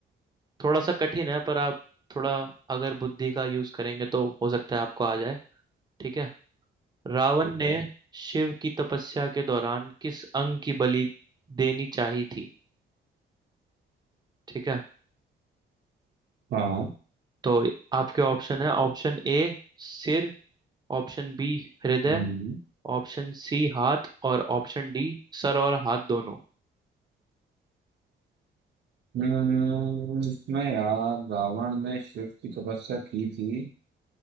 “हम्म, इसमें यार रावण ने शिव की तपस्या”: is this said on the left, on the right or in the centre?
Right